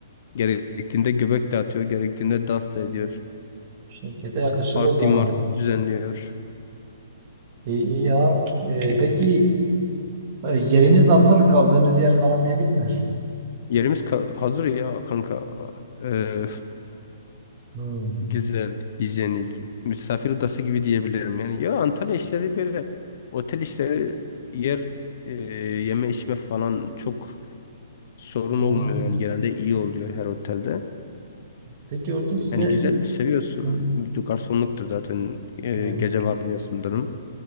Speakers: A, on the left; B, on the right.
A: Gerektiğinde göbek dağıtıyor, gerektiğinde dans da ediyor.
B: Şevket'e yakışır
A: Parti
B: o zaman.
A: marti düzenliyor.
B: İyi, iyi ya. Ee, peki e, yeriniz nasıl? Kaldığınız yer falan temiz mi?
A: Yerimiz ka- hazır ya kanka. Ee,
B: Hmm.
A: Güzel, hijyenik, misafir odası gibi diyebilirim. Yani ya Antalya işleri böyle otel işleri yer e, yeme içme falan çok sorun
B: Hmm.
A: olmuyor. Yani genelde iyi oluyor her otelde.
B: Peki orada size
A: Yani güzel seviyorsun.
B: Hı,
A: Garsonluktur zaten e,
B: evet,
A: gece vardiyasındayım.